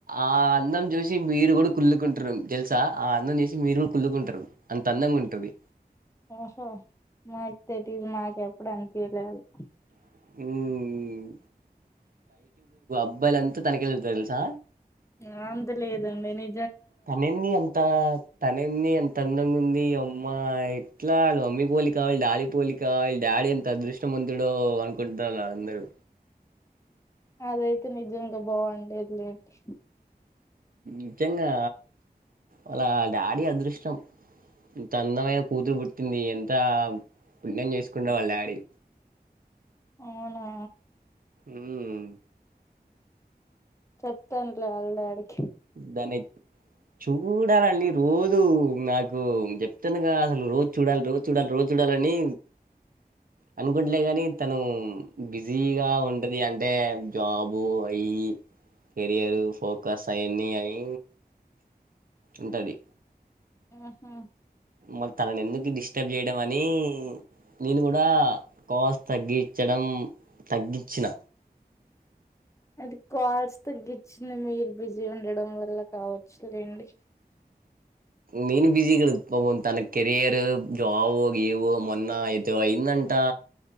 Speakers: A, on the right; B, on the left.
A: ఆ అందం చూసి మీరు గుడా కుళ్లుకుంటరు. తెల్సా ఆ అందం చూసి మీరు కూడా కుళ్లుకుంటరు అంత అందంగుంటది.
B: ఓహో మాక్ తెలీదు మాకెప్పుడు అన్పీయలే అంత
A: ఉమ్ అబ్బాయిలంత తనకెళ్ళే చూస్తర్ తెల్సా
B: ఆ అంత లేదండి ని
A: తనేంది అంతా తనేంది అంత అందంగుంది అ మ్మాయి ఎట్లా వాళ్ళ మమ్మీ పోలికా వాళ్ళ డాడీ పోలికా వీళ్ళ డాడీ ఎంత అదృష్టమంతుడో అన్ కుంటాన్లు అందరు
B: అదైతే నిజంగ బాగుండేద్ లెండి.
A: నిజంగా అలా వాళ్ళ డాడీ అదృష్టం. ఇంత అందమైన కూతురు పుట్టింది ఎంతా పుణ్యం చేస్కుండో వాళ్ళ డాడీ
B: అవునా
A: ఉమ్
B: చెప్తాన్లే ఆళ్ళ డాడీక్
A: దాని చూడాలండి రోజూ నాకు చెప్తున్నగా అసలు రోజ్ చూడాల్ రోజ్ చూడాల్ రోజ్ చూడాలనీ అనుకుంటలే గనీ తను బిజీగా ఉంటది అంటే జాబు అయి ఇ కెరియర్, ఫోకస్ అయన్నీ అయి ఉంటది.
B: ఆహా!
A: మరి తననెందుకు డిస్టర్బ్ చేయడమనీ నేన్ గుడా కాల్స్ తగ్గిచ్చడం, తగ్గిచ్చిన
B: అయితే కాల్స్ తగ్గిచ్చింది మీరు బిజీ ఉండడం వల్ల కావచ్చులెండి.
A: నేను బిజీ ఇక్కడ పాపం తన కెరియర్ జాబ్ గీబ్ మొన్న అయితే అయిందం టా